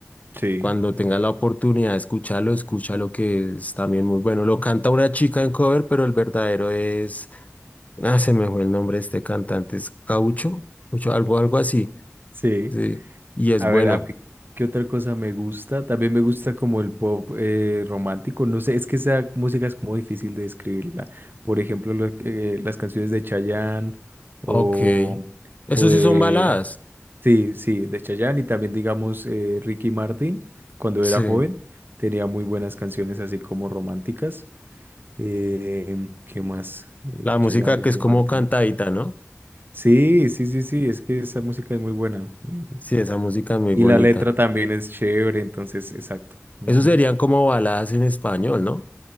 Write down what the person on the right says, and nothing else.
Sí,
sí.
A
ver, a mí, ¿qué otra cosa me gusta? También me gusta como el pop eh, romántico. No sé, es que esa música es como difícil de describirla. Por ejemplo, lo que- eh, las canciones de Chayanne o,
o de...
Sí, sí, de Chayanne y también, digamos, eh, Ricky Martin, cuando
era joven, tenía muy buenas canciones así como románticas. Eh, ¿qué más? Eh,
Chayanne,
Ricky
Martin.
Sí, sí, sí, sí, es que esa música es muy buena. eh.
Y
la letra también es chévere, entonces, exacto. ujú.